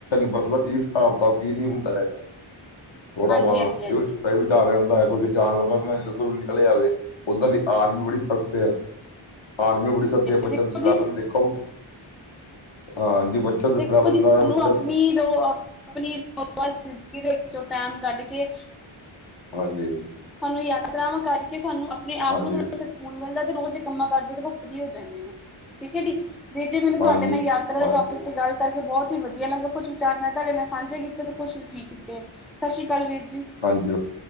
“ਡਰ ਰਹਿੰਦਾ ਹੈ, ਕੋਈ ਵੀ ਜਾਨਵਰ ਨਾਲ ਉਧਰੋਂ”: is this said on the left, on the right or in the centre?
Left